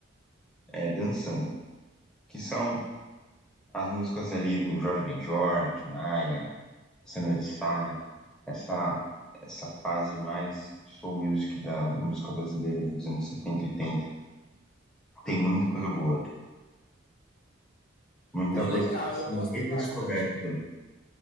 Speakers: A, in the centre; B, on the left.
A: é, dançando. Que são as músicas ali do Jorge Ben Jor, de Maia, Sandra de Sá, né? essa essa fase mais soul music da música brasileira ali dos anos 70, oitenta Tem muita coisa boa, muita
B: Pô,
A: coisa
B: legal,
A: que tá
B: eu
A: sendo
B: gosto
A: redescoberta.
B: bastante.
A: né?